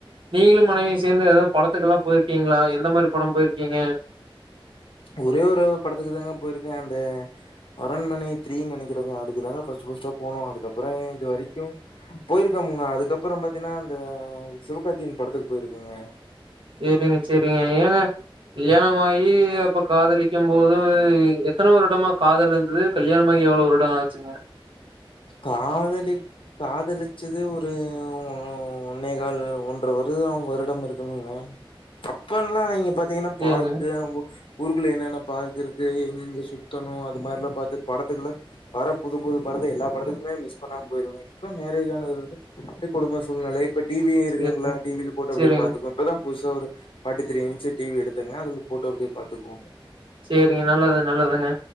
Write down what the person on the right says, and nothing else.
நீங்குளும் மனைவியும் சேந்து ஏதாவது படத்துக்கெல்லாம் போயிருக்கீங்களா எந்த மாரி படம் போயிருக்கீங்க
செரிங்க செரிங்க ஏங்க கல்யாணம் ஆயி அப்ப காதலிக்கும் போது எத்தன வருடமா காதல் இருந்தது கல்யாணமாகி எவ்ளோ வருடம் ஆச்சுங்க
சேரிங்க,
சேரிங்க,
சேரிங்க,
சரிங்க நல்லது நல்லதுங்க